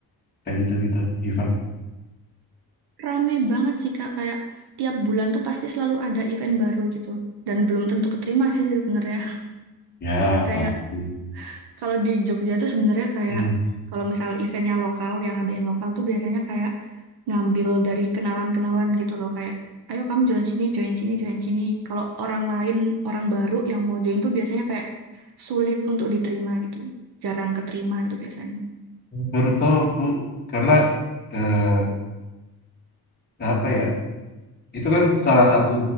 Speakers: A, on the left (about 25°); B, on the right (about 85°).
A: kayak gitu gitu, event.
B: Rame banget sih, Kak. Kayak tiap bulan tuh pasti selalu ada event baru gitu. Dan belum tentu keterima sih sebenarnya.
A: Ya,
B: <laughs> Kayak
A: pasti.
B: Kalau di Jogja tuh sebenarnya kayak
A: Hmm.
B: kalau misal eventnya lokal yang ngadain lokal tuh biasanya kayak ngambil dari kenalan-kenalan gitu loh kayak ayo kamu join sini, join sini, join sini. Kalau orang lain, orang baru yang mau join tuh biasanya kayak sulit untuk diterima gitu. Jarang keterima gitu biasanya.
A: Baru tahu aku karena eh, apa ya? Itu kan salah satu